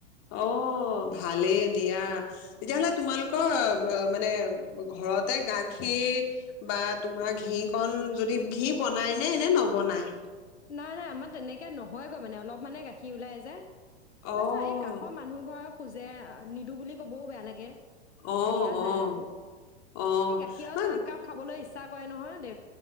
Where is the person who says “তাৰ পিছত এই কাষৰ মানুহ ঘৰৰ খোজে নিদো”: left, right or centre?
Left